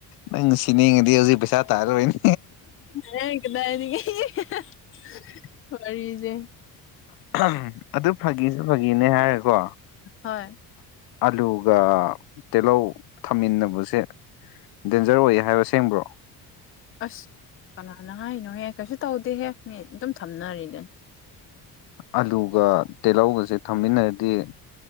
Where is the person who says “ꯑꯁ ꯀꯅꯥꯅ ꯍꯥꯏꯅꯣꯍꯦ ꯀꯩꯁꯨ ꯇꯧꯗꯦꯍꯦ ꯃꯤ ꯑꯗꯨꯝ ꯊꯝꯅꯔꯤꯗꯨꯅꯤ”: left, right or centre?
Left